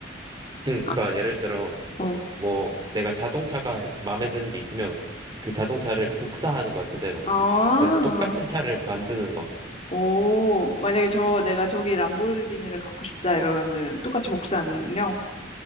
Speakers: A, on the right; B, on the left.
A: 응, 그러니까
B: 아,
A: 예를 들어,
B: 어.
A: 뭐, 뭐 내가 자동차가 마음에 드는 게 있으면 그 자동차를 복사하는 거야, 그대로.
B: 아, 어.
A: 그 똑같은 차를 만드는 거.
B: 오, 만약에 저, 내가 저기 람보르기니를 갖고 싶다 이러면은 똑같이 복사하는 능력?